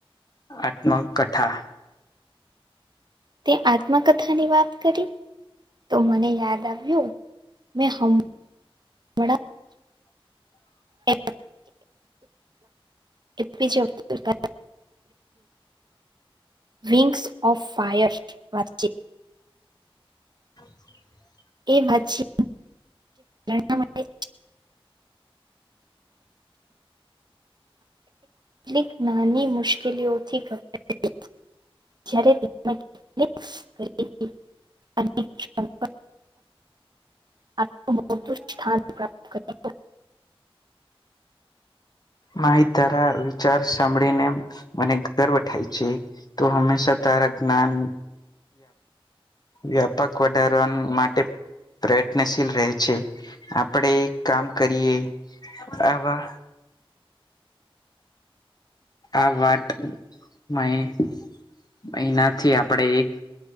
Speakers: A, on the left; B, on the right.
A: આત્મકથા.
B: તે આત્મકથા ની વાત કરી, તો મને યાદ આવ્યું, મેં હમ. વ <inaudible> AP J Abdul Kalam. Wings of fire વાચી.
A: હ <unintelligible>
B: એ વાત છે. એણા માટે. લક નાની મુશ્કેલીઓથી ઘભરા <inaudible> જ્યારે કરી. <unintelligible> અને <unintelligible> આ મોટુ સ્થાન પ્રાપ્ત કર્યુ.
A: માહી તારા વિચાર સાંભળીને મને ગર્વ થાય છે, તુ હંમેશા તારા જ્ઞાન વ્યાપક વધારવા માટે. પ્રયત્નશીલ રહે છે, આપણેે કામ કરીએ આવા આ વાત મહિનાથી આપણે એક